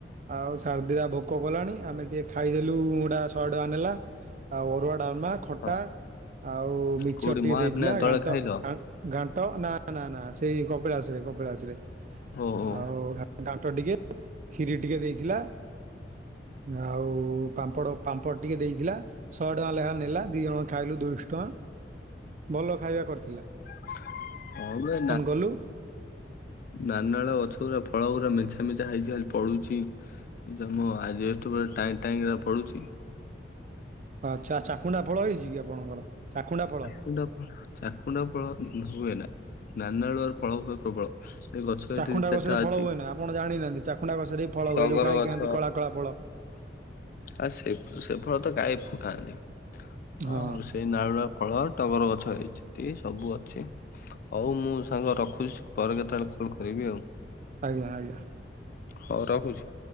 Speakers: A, on the right; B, on the left.
A: ଆଉ ସାଢେ ଦିଟା ଭୋ- ଭୋକ କଲାଣି। ଆମେ ଟିକେ ଖାଇଦେଲୁ, ଉଁ ଗୁଡା ସହେ ଟଙ୍କା ନେଲା। ଅରୁଆ ଡାଲମା, ଖଟା,
B: ହଁ
A: ଆଉ ମିକ୍ଚର୍
B: କୋଉଠି
A: ଟିକେ
B: ମହାବିନାୟକ
A: ଦେଇଥିଲା
B: ତଳେ
A: ଘା
B: ଖାଇଲ
A: ଘାଣ୍ଟ ନା ନା ନା ସେଇ କପିଳାସରେ, କପିଳାସରେ
B: ଓହୋ
A: ଆଉ ଘାଣ୍ଟ ଟିକେ କ୍ଷିରି ଟିକେ ଦେଇଥିଲା। ଆଉ ପାମ୍ପଡ଼, ପାମ୍ପଡ଼ ଟିକେ ଦେଇଥିଲା। ସହେ ଟଙ୍କା ଲେଖା ନେଲା। ଦି ଜଣ ଖାଇଲୁ ଦୁଇଶହ ଟଙ୍କା।
B: ହ
A: ଭଲ ଖାଇବା କରି
B: <unintelligible> ଓ
A: କଲୁ।
B: ନାନାଳ ଗଛରା ଫଳ ଗୁରା ମେଞ୍ଚା, ମେଞ୍ଚା ହୋଇଛି ଖାଲି ପଡୁଚି। ଏବେ ମୋ ଆଯେବେଷ୍ଟ ଉପରେ ଟାଇ ଟାଇଁ କିନା ପଡ଼ୁଛି।
A: ଆଛା ଆଛା। ଚାକୁଣ୍ଡା ଫଳ ହେଇଛି କି ଆପଣଙ୍କର? ଚାକୁଣ୍ଡା ଫଳ?
B: ଣ୍ଡ ଫ ଚାକୁଣ୍ଡା ଫଳ ହୁଏ ନା ନାନାଳୁଆ ଫଳ ହୁଏ ପ୍ରବଳ। ଏ ଗଛ ଏଠି
A: ଚାଖୁଣ୍ଡା
B: ଦି ଚାରିଟା
A: ଗଛରେ ଫଳ
B: ଅଛି
A: ହୁଏନା, ଆପଣ ଜାଣିନାହାନ୍ତି। ଚାଖୁଣ୍ଡା ଗଛରେ ବି ଫଳ
B: ଟଗର
A: ହୁଏ। ଯୋଉ ଗାଈ
B: ଗଛ
A: ଖାଆନ୍ତି କଳା କଳା ଫଳ।
B: ଆ ସେ ସେ ଫଳ ତ କାହିଁ ଫୁ ଖାନି
A: ହଁ
B: ଆଉ ସେଇ ନାରୁଆ ଫଳ ଟଗର ଗଛ ହେଇଚି ସବୁ ଅଛି। ହୋଉ ମୁଁ ସାଙ୍ଗ ରଖୁଛି ପରେ କେତେବେଳେ କଲ୍ କରିବି ଆଉ।
A: ଆଜ୍ଞା ଆଜ୍ଞା।
B: ହୋଉ ରଖୁଛି।